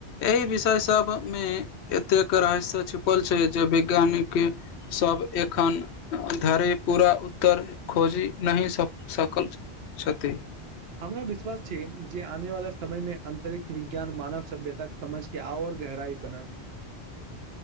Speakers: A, on the left; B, on the right.
A: एहि विषय सब मे एतेक रहस्या छुपल छै जे वैज्ञानिक सब एखन धरि पूरा उत्तर खोजि नहि स सकल छथि
B: हमरा विश्वास छै जे आने वाला समयमे अंतरिक्ष विज्ञान मानव सभ्यता समझके आओर गहराई बनत